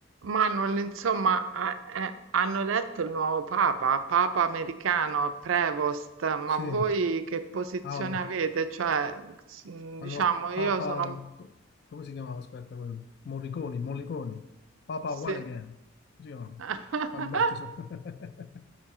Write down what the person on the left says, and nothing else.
Sì,
ah,
hanno-
Papa,
co- come si chiamava? Aspetta, quello. Morricone, Mollicone, Papa
One Again, come si chiamava?
Alberto, So- <laughs>